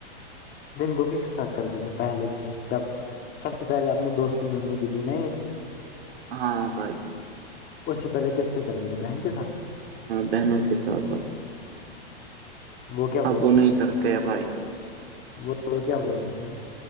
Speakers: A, on the left; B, on the right.
A: کو کس کے ساتھ کرتے تھے پہلے جب سب سے پہلے اپنے دوستوں میں مجھے دن
B: ہاں بھائی
A: اس سے پہل کس سے کرتے تھے بہن کے سات
B: بہنوں کے سھ بائی
A: وہ کیا
B: اب
A: بولتے
B: نہیں
A: تھے
B: کرتے ہیں بھائی
A: وہ وہ کیا بولتے تھے